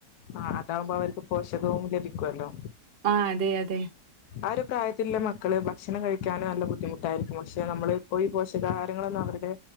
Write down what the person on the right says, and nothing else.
ആഹ് അതെ അതെ.